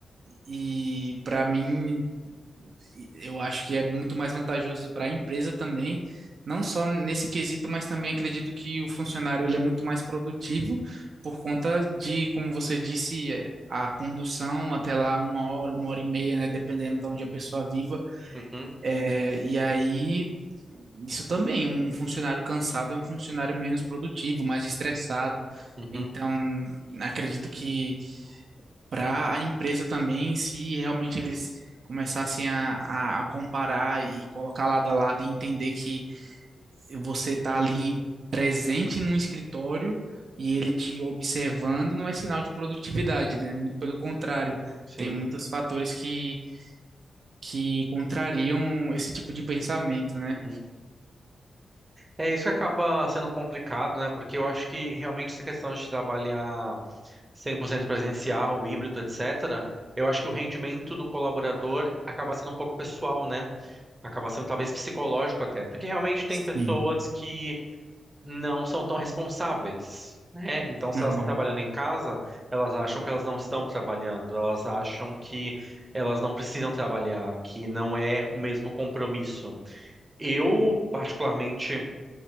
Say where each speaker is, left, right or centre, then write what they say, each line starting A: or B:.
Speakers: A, on the right; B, on the right.
A: E para mim, eu acho que é muito mais vantajoso para a empresa também, não só nesse quesito, mas também acredito que o funcionário ele é muito mais produtivo por conta de, como você disse, é, a condução até lá uma hora, uma hora e meia, né, dependendo de onde a pessoa viva.
B: Uhum,
A: É, e aí, isso também, um funcionário cansado é um funcionário menos produtivo, mais estressado.
B: uhum,
A: Então, acredito que para a empresa também, se realmente eles começassem a, a, a comparar e colocar lado a lado e entender que você está ali presente num escritório e ele te observando, não é sinal de produtividade, né? Muito pelo contrário,
B: sim.
A: tem muitos fatores que, que contrariam esse tipo de pensamento, né?
B: uhum. É isso que acaba sendo complicado, né? Porque eu acho que realmente essa questão de trabalhar 100% presencial, híbrido, etc., eu acho que o rendimento do colaborador acaba sendo um pouco pessoal, né? Acaba sendo talvez psicológico até, porque realmente tem
A: Sim.
B: pessoas que não são tão responsáveis, né? Então, se
A: Uhum.
B: elas estão trabalhando em casa, elas acham que elas não estão trabalhando, elas acham que elas não precisam trabalhar, que não é o mesmo compromisso. Eu, particularmente,